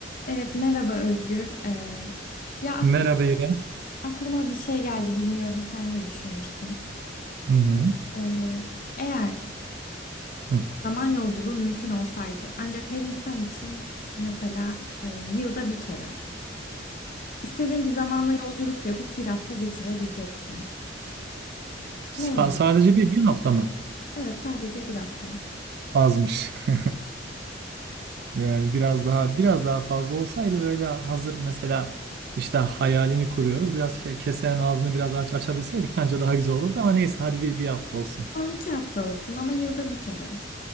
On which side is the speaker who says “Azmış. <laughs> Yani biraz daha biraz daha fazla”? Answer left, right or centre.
Right